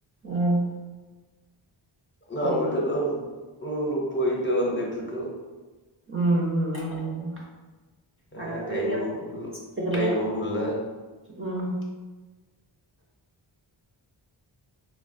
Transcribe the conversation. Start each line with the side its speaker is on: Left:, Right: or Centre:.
Right: ம்
Left: நான்
Right: புரியுது
Left: மட்டுந்தா ரூம்க்கு போயிட்டு வந்துட்ருக்க
Right: ம் ம் ம் ம் அதனால
Left: ஹ
Right: வெளில
Left: டைமும்
Right: த்துக்குறீங்க
Left: டைமும் இல்ல
Right: ம்